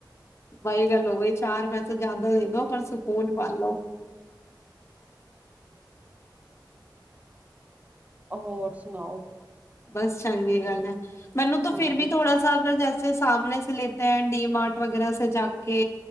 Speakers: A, on the left; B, on the right.
A: ਬਹੀ ਗੱਲ ਹੋ ਗਈ। ਚਾਰ ਪੈਸੇ ਜਿਆਦਾ ਈ ਪਰ ਸਕੂਲ ਪਾਲੋ
B: ਹੋਰ ਸੁਣਾਓ।
A: ਬਸ ਚੰਗੀ ਗੱਲ ਐ। ਮੈਨੂੰ ਤਾਂ
B: ਹਾਂ
A: ਫਿਰ ਵੀ ਥੋੜਾ ਸਾ ਅਗਰ ਜਸ ਸਾਮਣੇ ਸੇ ਲਤੇ ਹੈ ਡੀ ਮਾਰਟ ਵਗੈਰਾ ਸ ਜਾ ਕੇ